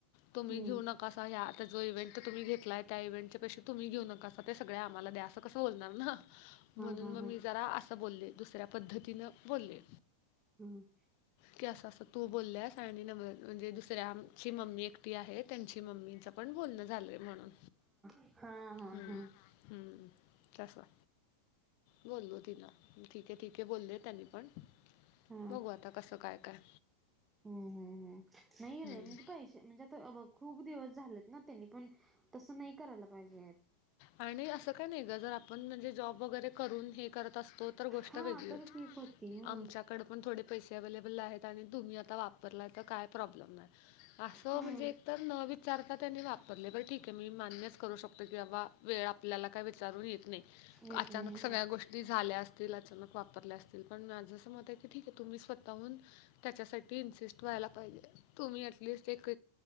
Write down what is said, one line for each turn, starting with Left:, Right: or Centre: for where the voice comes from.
Left: तुम्ही
Right: हा
Left: घेऊ नका असं हं, आता जो इव्हेंट तुम्ही घेतलाय त्या इव्हेंटच्या पेक्षा तुम्ही घेऊ नका असं ते सगळं आम्हाला द्या, असं कसं बोलणार ना? म्हणून
Right: हा
Left: मग
Right: हा
Left: मी जरा असं बोलले, दुसऱ्या पद्धतीनं बोलले.
Right: हम.
Left: की असं असं तू बोलल्या सा म्हणजे दुसऱ्या आम्हची मम्मी एकटी आहे त्यांची मम्मीच पण बोलणं झालं रे म्हणून,
Right: हा हा
Left: हम्म,
Right: हा
Left: हम्म त् बोललो ति ना ठीक आहे ठीके बोलले त्यांनी पण.
Right: हा
Left: बघू आता कसं काय-काय
Right: हम्म नाही रे
Left: हम्म.
Right: म्हणजे पैसे म्हणजे, आता खूप दिवस झालेत ना, त्यांनी पण तसं नाही करायला पाहिजे.
Left: आणि असं काय नाही गं, जर आपण म्हणजे जॉब वगैरे करून हे करत असतो. तर गोष्ट
Right: हा
Left: वेगळी
Right: तर
Left: होती
Right: ठीक होती हा
Left: आमच्या कडे पण थोडे पैसे अव्लेबल आहेत आणि तुम्ही आता वापरलाय, तर काय प्रॉब्लेम नाही. असं
Right: हा
Left: म्हणजे, एक तर न विचारता त्यांनी वापरले, बरं ठीक आहे, मी मान्यच करू शकतो की बाबा, वेळ आपल्याला काय विचारून येत नाही,
Right: येत
Left: अचानक
Right: नाही
Left: सगळ्या
Right: हा
Left: गोष्टी. ती झाल्या असतील, अचानक वापरल्या असतील, पण माझं असं मत आहे की, ठीक आहे, तुम्ही स्वतःहून त्याच्यासाठी इन्सिस्ट व्हायला पाहिजे. तुम्ही अटलिस्ट एक